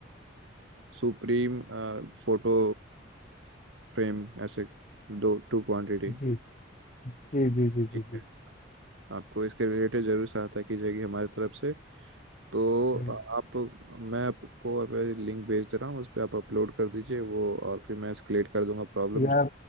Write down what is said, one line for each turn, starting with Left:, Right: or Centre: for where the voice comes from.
Right: सुप्रीम फोटो फ्रेम ऐसे दो टू क्वांटिटी
Left: जी जी जी जी जी
Right: ठीक
Left: जी
Right: है आपको इसके रिलेटेड जरूर सहायता की जाएगी हमारी तरफ से तो
Left: जी
Right: आप मैं आपको अब लिंक भेज दे रहा हूँ उस पर आप अपलोड कर दीजिए वो और फिर मैं एस्केलेट कर दूंगा प्रॉब्लम
Left: यार